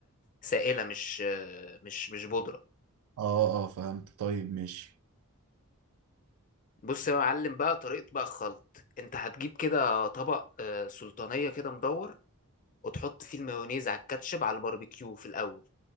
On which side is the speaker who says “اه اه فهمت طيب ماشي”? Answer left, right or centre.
Right